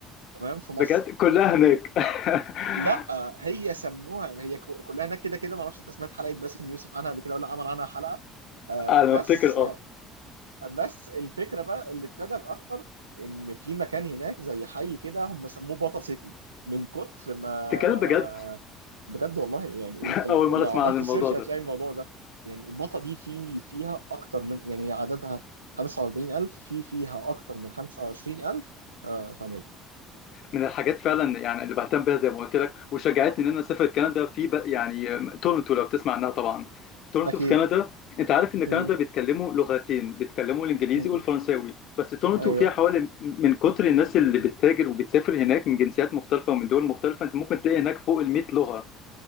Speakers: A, on the right; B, on the left.
A: تمام في مصر
B: بجد كلها هناك <laughs>
A: لا آه، هي سموها هي ك- كلها هناك كده كده ما اعرفش انت سمعت حلقه باسم يوسف عنها قبل كده ولا عمل عنها حلقه آه
B: انا
A: بس
B: بفتكر اه
A: بس الفكره بقى اللي تفاجئك اكتر ان في مكان هناك زي حي كده هم سموه باتا سيتي من كتر ما
B: تتكلم بجد
A: بجد والله يعني
B: <laughs>
A: انت ال-
B: اول مره
A: لو
B: اسمع
A: عملت
B: عن الموضوع
A: سيرش
B: ده
A: هتلاقي الموضوع ده يعني باتا دي في فيها اكتر من يعني هي عددها 45000 في فيها اكتر من 25000 آه، في امريكا
B: من الحاجات فعلا يعني اللي بهتم بيها زي ما قلت لك وشجعتني ان انا اسافر كندا في بق- يعني تورنتو لو تسمع عنها طبعا تورنتو
A: اكيد
B: في كندا انت عارف ان كندا
A: مم.
B: بيتكلموا لغتين بيتكلموا الانجليزي
A: مم.
B: والفرنساوي بس تورنتو
A: ايوه
B: فيها حوالي من كتر الناس اللي بتتاجر وبتسافر هناك من جنسيات مختلفه ومن دول مختلفه انت ممكن تلاقي هناك فوق ال 100 لغه